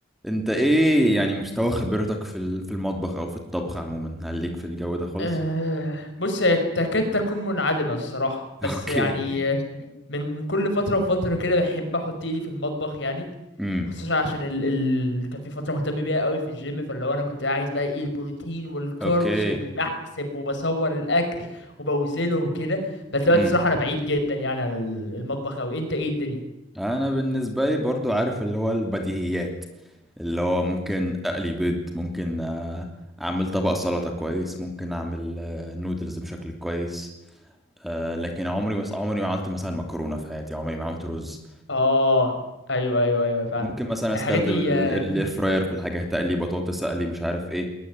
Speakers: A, in the centre; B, on the left (about 65°).
A: انت ايه يعني مستوى خبرتك في ال- في المطبخ او في الطبخ عموما هل ليك في الجو ده خالص
B: أه بص هي تكاد تكون منعدمة الصراحة
A: <laughs>
B: بس
A: اوكي
B: يعني آه، من كل فترة وفترة كده بحب أحط إيدي في المطبخ يعني
A: امم
B: خصوصا عشان ال... ال... كان في فترة مهتم بيها قوي في الجيم فاللي هو أنا كنت عايز بقى إيه البروتين والكاربس
A: اوكي
B: ومش بحسب وبصور الأكل وبوزنه وكده بس دلوقتي
A: امم
B: الصراحة أنا بعيد جدا يعني على ال- المطبخ أوي أنت إيه الدنيا؟
A: انا بالنسبه لي برضو عارف اللي هو البديهيات اللي هو ممكن اقلي بيض ممكن آه، اعمل طبق سلطه كويس ممكن اعمل آه، نودلز بشكل كويس آه، لكن عمري مس... عمري ما عملت مثلا مكرونه في حياتي عمري ما عملت رز
B: آه أيوه أيوه أيوه فعلا
A: ممكن مثلا
B: الحاجات
A: استخدم
B: دي
A: الاير
B: آه،
A: فراير في الحاجه اقلي بطاطس اقلي مش عارف ايه